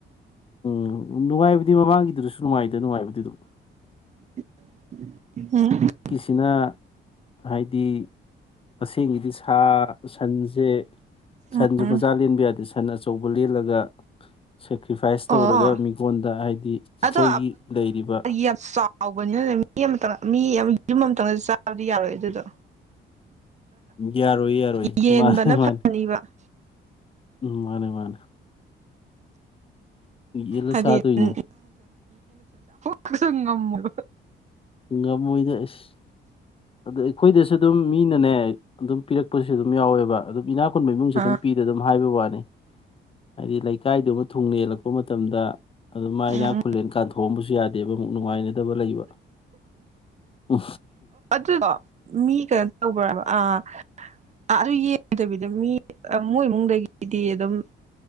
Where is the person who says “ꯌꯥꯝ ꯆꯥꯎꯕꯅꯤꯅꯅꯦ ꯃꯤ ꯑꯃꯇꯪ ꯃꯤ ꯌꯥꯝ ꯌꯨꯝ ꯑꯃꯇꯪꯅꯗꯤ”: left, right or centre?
Right